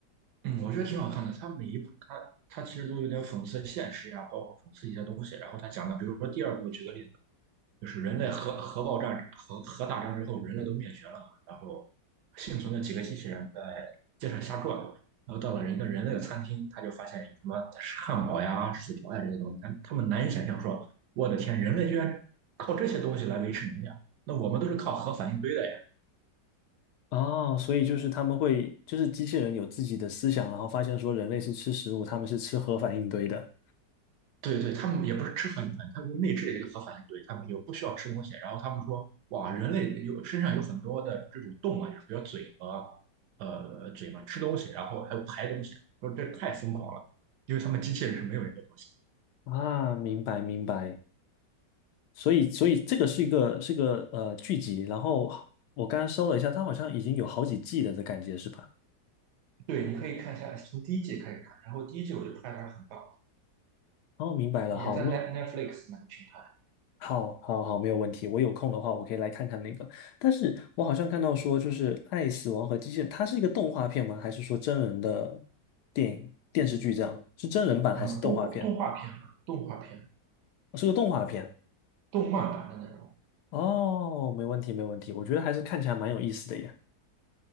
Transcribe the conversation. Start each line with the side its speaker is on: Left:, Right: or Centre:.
Right: 嗯，我觉得挺好看的。它每一部它它其实都有点讽刺现实呀、包括讽刺一些东西。然后它讲的，比如说第二部，举个例子。就是人类核核爆炸核核大战之后，人类都灭绝了嘛，然后幸存的几个机器人在街上瞎转，然后到了一个人类的餐厅，他就发现有什么汉堡呀、薯条呀这些东西，他他们难以想象说，我的天，人类居然靠这些东西来维持能量，那我们都是靠核反应堆的呀。
Left: 哦，所以就是他们会，就是机器人有自己的思想，然后发现说人类是吃食物，他们是吃核反应堆的。
Right: 对对，他们也不是吃核反应，他们就内置的一个核反应堆，他们就不需要吃东西。然后他们说，哇，人类有身上有很多的这种动脉，比如嘴和呃嘴嘛，吃东西，然后还有排东西，说这太疯狂了，因为他们机器人是没有这些东西。
Left: 啊，明白明白。所以，所以这个是一个是一个呃剧集，然后我刚刚搜了一下，它好像已经有好几季了的感觉是吧？
Right: 对，你可以看一下，从第一季开始看，然后第一季我就拍的还是很棒，
Left: 哦，明白了，
Right: 也在
Left: 好，那
Right: Net Netflix 那个平台，
Left: 好好好，没有问题。我有空的话，我可以来看看那个。但是我好像看到说，就是《爱死亡和机器人》，它是一个动画片吗？还是说真人的电影电视剧这样？是真人版还是动画片？
Right: 嗯，动画动画片嘛，动画片，
Left: 哦是个动画片。
Right: 动漫版的那种。
Left: 哦，没问题，没问题。我觉得还是看起来蛮有意思的耶。